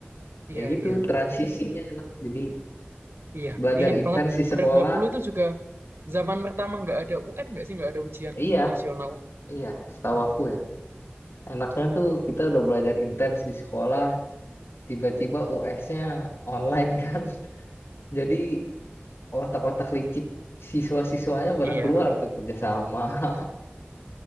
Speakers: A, on the right; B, on the left.
A: Iya,
B: ya gitu
A: iya,
B: transisinya
A: iya.
B: enak jadi
A: Iya,
B: belajar
A: ingat
B: intens
A: banget.
B: di sekolah
A: 2020 itu juga zaman pertama nggak ada UN nggak sih? Nggak ada ujian
B: iya
A: nasional.
B: iya setahu
A: Mm.
B: aku ya enaknya tuh kita udah belajar intens di sekolah tiba-tiba US-nya online kan <laughs> jadi otak-otak licik siswa-siswanya pada
A: Iya.
B: keluar tuh kerjasama. <laughs>